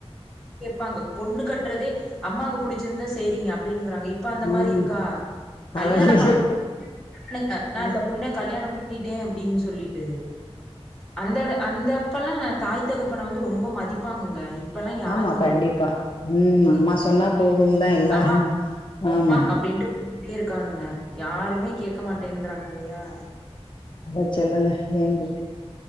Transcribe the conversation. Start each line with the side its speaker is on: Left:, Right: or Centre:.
Centre: கேப்பாங்க பொண்ணு கட்றதே அம்மாவுக்கு புடிச்சிருந்தா சேரிங்க அப்டினுங்கிறானுங்க இப் ப அந்த
Left: ஆ
Centre: மாரிருக்கா கல்யாணோ
Left: அதெல்லா
Centre: பண்ணு <inaudible> நா
Left: ம்
Centre: இந்த பொண்ண கல்யாணம் பண்ணி கே அப்டின் சொல்லிட்டு அந்தட அந்தப்பல்லா தாய்த் தகப்பன வந்து ரொம்ப மதிப்பாங்கங்க இப்பெல்லா யாரு
Left: ஆமா
Centre: உங்களுக்கு
Left: கண்டிப்பா ம் அம்மா
Centre: <inaudible>
Left: சொன்னா போதும் தா எல்லாரு
Centre: ஆமா <inaudible>
Left: ஆமா
Centre: அப்டின்டு டி இருக்கானுங்க யாருமே கேட்க மாட்டேங்குறாங்க இல்லயா
Left: அதா சொல்லுங்க ஏங்க